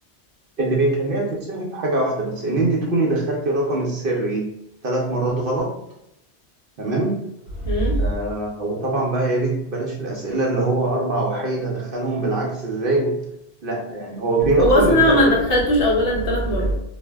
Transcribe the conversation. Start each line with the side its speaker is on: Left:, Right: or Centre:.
Right: اللي بيخليها تتسحب حاجه واحده بس ان انت تكوني دخلتي الرقم السري ثلاث مرات غلط تمام
Left: مم.
Right: آه وطبعا بقى يا ريت بلاش الأسئلة اللي هو أربع وحيد هدخلهم بالعكس إزاي و... لا يعني هو في رقم
Left: هو اصلا انا
Right: متد-
Left: ما
Right: إيه،
Left: دخلتوش اولا ثلاث مرات